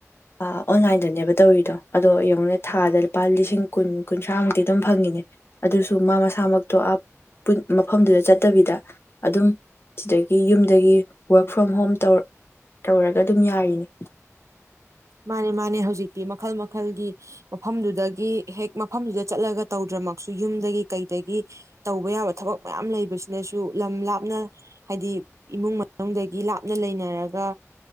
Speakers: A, on the left; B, on the right.
A: ꯑꯣꯟꯂꯥꯏꯟꯗꯅꯦꯕ ꯇꯧꯔꯤꯗꯣ ꯑꯗꯣ ꯌꯦꯡꯉꯣꯅꯦ ꯊꯥꯗ ꯂꯨꯄꯥ ꯂꯤꯁꯤꯡ ꯀꯨꯟ ꯀꯨꯟꯊ꯭ꯔꯥꯃꯨꯛꯇꯤ ꯑꯗꯨꯝ ꯐꯪꯉꯤꯅꯦ ꯑꯗꯨꯁꯨ ꯃꯥ ꯃꯁꯥꯃꯛꯇꯣ ꯃꯐꯝꯗꯨꯗ ꯆꯠꯇꯕꯤꯗ ꯑꯗꯨꯝ ꯁꯤꯗꯒꯤ ꯌꯨꯝꯗꯒꯤ ꯔꯛ ꯐ꯭ꯔꯣꯝ ꯍꯣꯝ ꯇꯧ ꯇꯧꯔꯒ ꯑꯗꯨꯝ ꯌꯥꯔꯤꯅꯤ
B: ꯃꯥꯅꯦ ꯃꯥꯅꯦ ꯍꯧꯖꯤꯛꯇꯤ ꯃꯈꯜ ꯃꯈꯜꯒꯤ ꯃꯐꯝꯗꯨꯗꯒꯤ ꯍꯦꯛ ꯃꯐꯝꯗꯨꯗ ꯆꯠꯂꯒ ꯇꯧꯗ꯭ꯔꯃꯛꯁꯨ ꯌꯨꯝꯗꯒꯤ ꯀꯩꯗꯒꯤ ꯇꯧꯕ ꯌꯥꯕ ꯊꯕꯛ ꯃꯌꯥꯝ ꯂꯩꯕꯁꯤꯅꯁꯨ ꯂꯝ ꯂꯥꯞꯅ ꯍꯥꯏꯗꯤ ꯏꯃꯨꯡ ꯃꯅꯨꯡꯗꯒꯤ ꯂꯥꯞꯅ ꯂꯩꯅꯔꯒ